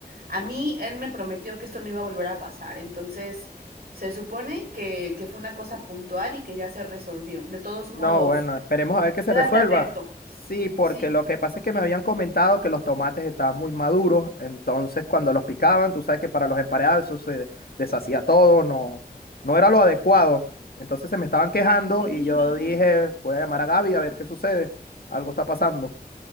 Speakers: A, on the right; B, on the left.
A: A mí él me prometió que esto no iba a volver a pasar, entonces se supone que, que fue una cosa puntual y que ya se resolvió. De todos modos,
B: No, bueno, esperemos a ver que se
A: quédate
B: resuelva.
A: atento.
B: Sí, porque
A: Sí,
B: lo que pasa es que me habían comentado que los tomates estaban muy maduros, entonces cuando los picaban, tú sabes que para los emparedados eso se deshacía todo, no, no era lo adecuado. Entonces se me estaban quejando
A: sí,
B: y yo
A: no,
B: dije, voy a llamar a Gaby a ver qué sucede, algo está pasando.